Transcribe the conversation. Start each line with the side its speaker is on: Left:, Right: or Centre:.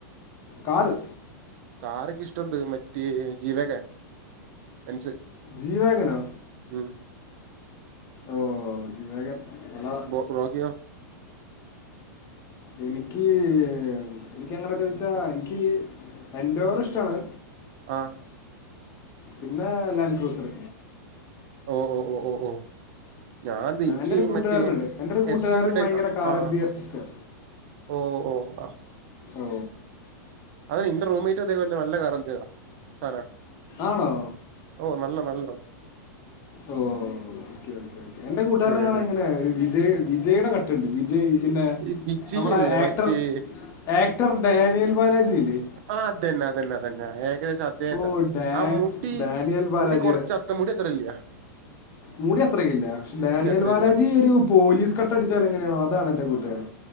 Left: കാറ്
Right: കാറ്ൻക്ക് ഇഷ്ടണ്ട് മറ്റേ ജീവക്കെ ബെൻസ്
Left: ജീവകനാ
Right: ഉം
Left: ഓഹ് ജീവകൻ <unintelligible>
Right: ഹോ ബാക്കിയോ
Left: എനിക്ക് എനിക്ക് അങ്ങനെ ചോയ്ച്ചാ എനിക്ക് എൻ്റോവർ ഇഷ്ടാണ്.
Right: ആ
Left: പിന്നെ ലാൻക്രൂസർ
Right: ഓ ഓ ഓ ഓ ഞാൻ ഇൻക്ക്
Left: എൻ്റെ ഒരു കൂട്ടുകാരനുണ്ട്
Right: മറ്റേ
Left: എൻ്റെ ഒരു കൂട്ടുകാരൻ
Right: എസ്യു ടൈ
Left: ഭയങ്കര കാർ
Right: ആ
Left: അസിസ്റ്റർ
Right: ഓഹ് ഓഹ് അ
Left: ഓ
Right: അത്ൻ്റെ റൂമേറ്റ് അതേപോലെ തന്നെ നല്ല <unintelligible> <unintelligible>
Left: ആണോ?
Right: ഓ നല്ല നല്ലോണം
Left: ഓ ഓ ഓ ഓ എന്റെ കൂട്ടുകരുടെ
Right: ഉം
Left: കാണൻ
Right: ഉം
Left: എങ്ങനെയ ഒരു വിജ വിജയുടെ കട്ടുണ്ട്. ജയ് പിന്നെ
Right: ഈ വിജയല്ലേ
Left: നമ്മുടെ ആക്ടർ
Right: മറ്റേ
Left: ആക്ടർ ഡാനിയൽ ബാലാജില്ലേ?
Right: ആ അതന്നെ അതന്നെ അതന്നെ ഏകദേശം അദ്ദേഹതാ
Left: ഓ ഡാ
Right: ആ മുടി
Left: ഡാനിയൽ ബാലാജിയുടെ
Right: മുടി കൊറച്ച് മുടി അത്രയില്ല.
Left: മൂടി അത്രയ്ക്കില്ല. പക്ഷെ ഡാനിയൽ
Right: മുടി അത്ര
Left: ബാലാജി
Right: ഇല്ല
Left: ഒരു പോലീസ് കട്ടടിച്ചാൽ എങ്ങനെയാണോ അതാണ് എൻന്റെ കൂട്ടുകാരൻ